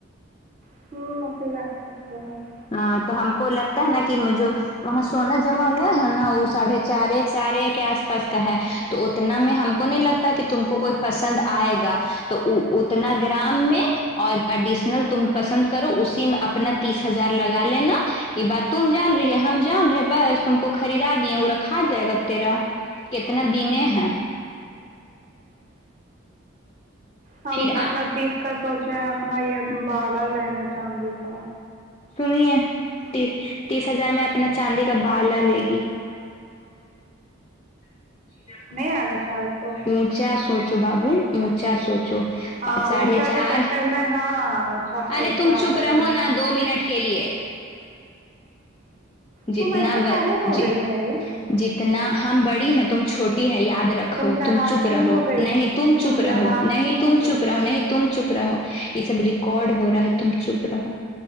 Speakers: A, on the right; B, on the left.
A: <unintelligible>
B: ہاں تو ہم کو لگتا ہے نا کہ جو وہاں سونا جمع ہوا ہے نا وہ ساڑھے چار چار کے آس پاس کا ہے تو اتنا میں ہم کو نہیں لگتا کہ تم کو کوئی پسند آئے گا تو اتنا گرام میں اور اڈیشنل تم پسند کرو اسی میں اپنا تیس ہزار لگا لینا یہ بات تم جان رہی ہے ہم جان رہے بس تم کو خریدا دیے وہ رکھا جائے گا تیرا کتنا دن ہے
A: ہم
B: پھر آ...
A: اپنا تیس کا سوچے ہیں اپنا یہ بالا لینا چاندی کا
B: سنیے تیس تیس ہزار میں اپنا چاندی کا بالا لے گی <unintelligible>
A: نہیں آگا چار تو
B: اونچا سوچو بابو اونچا سوچو
A: ہاں
B: ساڑھے
A: اونچا
B: چار۔
A: کے چکر میں ہاں اونچا کے
B: ارے
A: اونچا
B: تم چپ
A: کر
B: رہو
A: دا
B: نا دو منٹ کے لیے جتنا
A: تم ایسا کاہے ہو
B: جی
A: گئی ہے رے
B: جتنا ہم بڑی ہے تم چھوٹی ہے یاد رکھ
A: لڑاکن
B: تم چپ رہو
A: ہو گئی
B: نہیں
A: ہے
B: تم چپ
A: لڑاکن
B: رہو نہیں تم
A: ہو گئی
B: چپ رہو
A: ہے
B: نہیں تم تم چپ رہو یہ سب ریکارڈ ہو رہا ہے تم چپ رہو